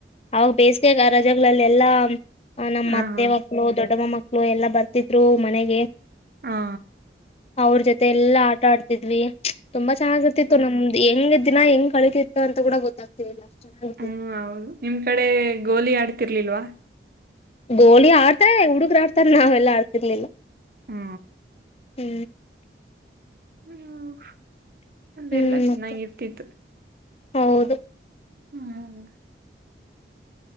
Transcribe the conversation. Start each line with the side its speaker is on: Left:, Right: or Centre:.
Left: ಅವಾಗ ಬೇಸಿಗೆ ರಜೆಗಳಲ್ಲಿ ಎಲ್ಲಾ. ನಮ್ಮ್
Right: ಹಾ
Left: ಮತ್ತೆ
Right: ಹಾ
Left: ಮಕ್ಕಳು ದೊಡ್ಡಮ್ಮ ಮಕ್ಕಳು. ಎಲ್ಲಾ ಬರ್ತಿದ್ರು ಮನೆಗೆ..
Right: ಹಾ
Left: ಅವ್ರ ಜೊತೆ ಎಲ್ಲಾ ಆಟ ಆಡ್ತಿದ್ವಿ. ತುಂಬಾ ಚೆನ್ನ್ತಿತ್ತು ನಮ್ದ ಹೆಂಗ್ ದಿನ ಹೆಂಗ್ ಕಳಿತಿತ್ತು ಅಂತ ಕೂಡ ಗೊತ್ತಾಗ್ತಿರ್ಲಾ ಅಷ್ಟ್ ಚೆನ್ನಾಗ್
Right: ಹ್ಮ್ ಹೌದು ನಿಮ್ ಕಡೆ ಗೋಲಿ ಆಡ್ತಿರ್ಲಿಲ್ವಾ
Left: ಗೋಲಿ ಆಡ್ತಾರೆ ಹುಡುಗ್ರು ಆಡ್ತಾರ್ ನಾವೆಲ್ಲಾ ಆಡ್ತಿರ್ಲಿಲ್ಲ
Right: ಹ್ಮ
Left: ಮ್ಮ್
Right: ಹ್ಮ. ಬೆಲ್ಲ
Left: ಹ್ಮ್
Right: ಚೆನ್ನಾಗಿರ್ತಿತ್ತು
Left: ಮತ್ತೆ ಹೌದು
Right: ಹ್ಮ್.